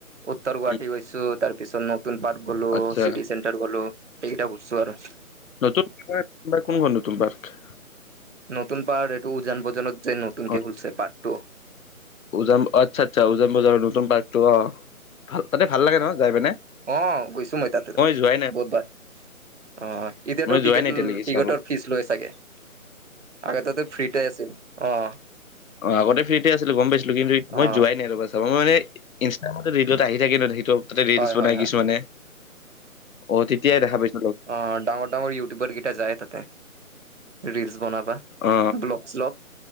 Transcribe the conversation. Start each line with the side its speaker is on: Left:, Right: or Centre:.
Right: উত্তৰ গুৱাহাটী
Left: উম,
Right: গৈছোঁ তাৰপিছত মোক <inaudible> নতুন পাৰ্ক গ'লো,
Left: আচ্ছা
Right: চিটি চেণ্টাৰ গ'লো এইকেইটা ঘূৰিছোঁ আৰু। <inaudible>
Left: নতুন পাৰ্ক? <inaudible> কোনখন নতুন পাৰ্ক?
Right: নতুন পাৰ্ক এইটো উজান বজাৰত যে নতুনকে
Left: অ'।
Right: খুলিছে পাৰ্কটো। <inaudible>
Left: উজান <unintelligible> আচ্ছা-আচ্ছা উজান বজাৰৰ নতুন পাৰ্কটো অ। তাতে ভাল লাগে ন যাই পিনে? <inaudible>
Right: অঁ! গৈছো মই তাতে
Left: যোৱাই নাই
Right: বহুতবাৰ। <inaudible> অঁ! এতিয়াতো
Left: মই যোৱাই
Right: টিকট-টিকটৰ
Left: নাই এতিয়ালৈকে চাব
Right: ফিজ লৈ চাগে? <inaudible> আগতেতো ফ্ৰীতে আছিল। অঁ! <inaudible>
Left: অঁ! আগতে ফ্ৰীতে আছিল গম পাইছিলো। কিন্তু মই
Right: অ
Left: যোৱাই নাই ৰবা চাবা মই মানে <inaudible> ইনষ্টাগ্ৰামো ৰিলত আহি থাকে ন। সেইটো তাতে ৰিলচ
Right: হয়
Left: বনাই
Right: হয় হয়
Left: কিছুমানে। অ! তেতিয়াই দেখা পাইছো। <unintelligible>
Right: অঁ! ডাঙৰ-ডাঙৰ ইউটিউবাৰ কেইটা যায় তাতে ৰিলচ বনাবা। <inaudible>
Left: অ
Right: ব্লক-শ্লক।